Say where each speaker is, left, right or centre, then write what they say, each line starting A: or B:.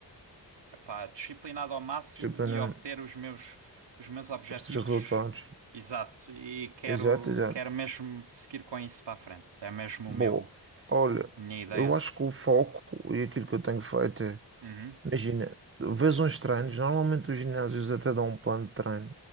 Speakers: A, on the right; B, on the right.
A: epá, disciplinado ao máximo
B: Tipo,
A: e
B: né,
A: obter os meus, os meus objetivos.
B: os teus resultados.
A: Exato. E quero,
B: Exato, exato.
A: quero mesmo seguir com isso para a frente. É mesmo
B: Bom,
A: o meu,
B: olha,
A: a minha ideia.
B: eu acho que o foco e aquilo que eu tenho feito é,
A: Uhum,
B: imagina, vês uns treinos, normalmente os ginásios até dão um plano de treino,